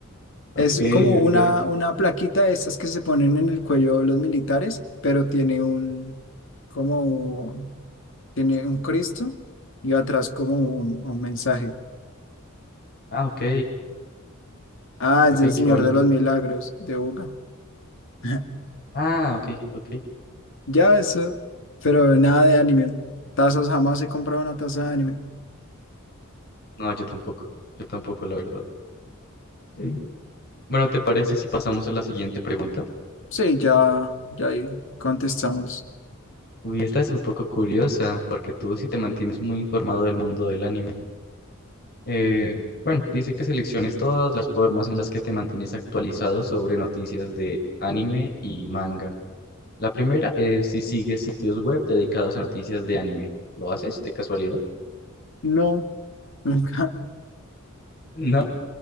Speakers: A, on the left; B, on the left.
A: Ok,
B: Es como
A: ok.
B: una, una plaquita de esas que se ponen en el cuello los militares, pero tiene un, como, tiene un Cristo y atrás como un, un mensaje.
A: Ah, ok.
B: Ah,
A: Ok,
B: es del Señor
A: qué bonito.
B: de los Milagros de Buga. <laughs>
A: Ah, ok, ok.
B: Ya eso, pero nada de anime. Tazas, jamás he comprado una taza de anime.
A: No, yo tampoco. Yo tampoco, la verdad. Sí. Bueno, ¿te parece si pasamos a la siguiente pregunta?
B: Sí, ya, ya ahí contestamos.
A: Uy, esta es un poco curiosa, porque tú sí te mantienes muy informado del mundo del anime. Eh, bueno, dice que selecciones todas las formas en las que te mantienes actualizado sobre noticias de anime y manga. La primera es si sigues sitios web dedicados a noticias de anime. ¿Lo haces de casualidad?
B: No, nunca.
A: No,